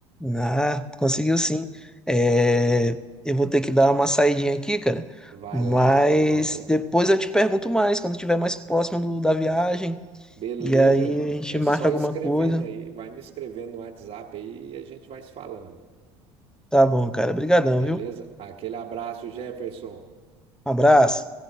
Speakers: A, in the centre; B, on the right.
A: Ah, conseguiu sim. É, eu vou ter que dar uma saidinha aqui, cara.
B: Vai
A: Mas
B: lá, meu brother.
A: depois eu te pergunto mais, quando estiver mais próximo do- da viagem.
B: Beleza?
A: E aí a gente
B: É
A: marca
B: só
A: alguma
B: escrevendo
A: coisa.
B: aí, vai me escrevendo no WhatsApp aí e a gente vai se falando.
A: Tá bom, cara. Obrigadão,
B: Beleza?
A: viu?
B: Aquele abraço, Jefferson.
A: Um abraço.